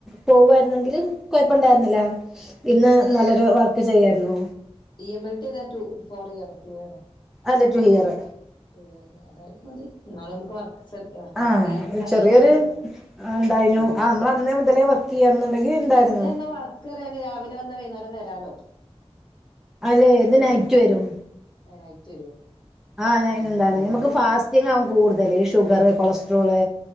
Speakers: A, in the centre; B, on the left (about 45°).
A: പോവായിരുന്നെങ്കില് കൊഴപ്പണ്ടായിരുന്നില്ലാ ഇന്ന് നല്ലൊരു വർക്ക് ക്ക് ചെയ്യായിരുന്നു
B: ഡി എം എൽ ടി ഒക്കെ ഫോർ ഇയറോ ടു ഇയറോ
A: അല്ല ടു ഹിയർ
B: ടു ഇയർ ലേ അതായാലും മതി എന്നാലും നമുക്ക് വർക്ക് വർക്ക്
A: ആഹ്
B: എക്സ്പീരിയൻസ് ഉണ്ടായ
A: ചെറിയൊരു
B: അതിനനുസരിച്ച് ഉണ്ടാവും
A: ണ്ടായിനു
B: ഏഹ്
A: ആ നമ്മള് അന്നേ മുതലേ വർക്ക് ചെയ്യാന്നുണ്ടെങ്കി ഇണ്ടായിരുന്നു
B: പിന്നെ എന്നാ വർക്ക്റിയാന് രാവിലെ വന്ന വൈന്നേരം വരാലോ
A: അല്ലെ ഇത് നൈറ്റ്‌ വരും
B: ഏ നൈറ്റ്‌ വരോ?
A: ആ ഞ അയ്‌നെന്താണ്
B: ആഹ് എന്നാലും
A: നമ്മക്ക് ഫാസ്റ്റിങ്ങാവും കൂടുതല് ഷുഗറ് കൊളസ്ട്രോള്